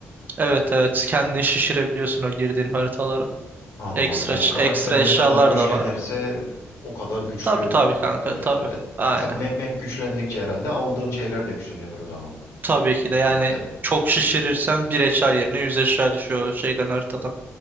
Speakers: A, on the right; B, on the left.
A: Evet evet kendini şişirebiliyorsun o girdiğin haritalara.
B: Anladım.
A: Ekstra,
B: Yani karakteri
A: ekstra eşyalar
B: ne kadar güçlenirse
A: da var.
B: o kadar güçlü
A: Tabii tabii kanka
B: map'e giriyorsun.
A: tabii.
B: E,
A: Aynen.
B: tabii map, map güçlendikçe herhalde aldığın şeyler de güçleniyordur o zaman.
A: Tabii ki de yani
B: Map'te.
A: çok şişirirsen bir eşya yerine yüz eşya düşüyor şeyden haritadan